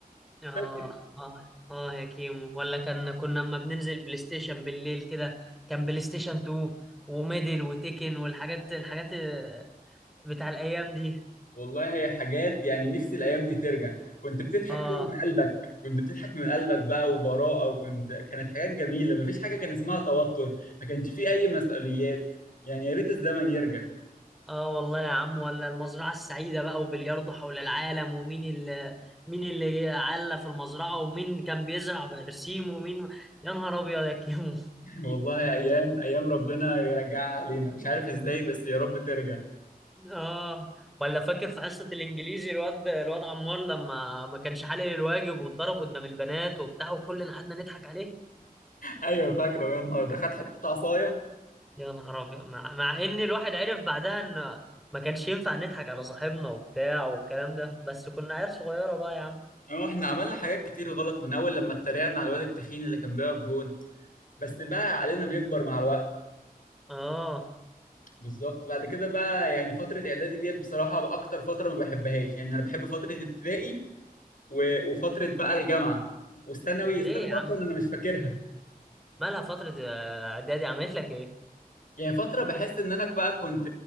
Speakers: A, in the centre; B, on the left.
A: اه
B: فاكر
A: اه اه يا كيمو ولا كان كنا لما بننزل بلاي ستيشن بالليل كده كان بلاي ستيشن 2 وميدل وتيكن والحاجات الحاجات آه، بتاع الايام دي
B: والله حاجات يعني نفسي الايام دي ترجع كنت بتضحك
A: اه
B: كده من قلبك كنت بتضحك من قلبك بقى وبراءه وكنت كانت حاجات جميله مفيش حاجه كان اسمها توتر ما كانش فيه اي مسؤوليات يعني يا ريت الزمن يرجع
A: اه والله يا عم ولا المزرعة السعيدة بقى وبلياردو حول العالم ومين اللي مين اللي علّى في المزرعة ومين كان بيزرع برسيم ومين يا نهار ابيض يا كيمو
B: والله ايام ايام ربنا يرجعها علينا مش عارف ازاي بس يا رب ترجع
A: اه ولا فاكر في حصة الانجليزي الواد الواد عمار لما ما كانش حالل الواجب واتضرب قدام البنات وبتاع وكلنا قعدنا نضحك عليه
B: ايوه فاكره يا نهار ده خد حته عصايه
A: يا نهار ابيض مع, مع ان الواحد عرف بعدها ان ما كانش ينفع نضحك على صاحبنا وبتاع والكلام ده بس كنا عيال صغيرة بقى يا عم
B: اه احنا عملنا حاجات كتير غلط من اول لما اتريقنا على الواد التخين اللي كان بيقف جون بس بقى علينا بيكبر مع الوقت
A: اه
B: بالظبط بعد كده بقى يعني فتره اعدادي ديت بصراحه اكتر فتره ما بحبهاش يعني انا بحب فتره ابتدائي و... وفتره بقى الجامعه والثانوي
A: ليه
B: الثانوي
A: يا
B: اصلا
A: عم
B: انا مش فاكرها
A: مالها فترة آه، اعدادي عملت لك ايه
B: يعني فترة بحس ان انا بقى كنت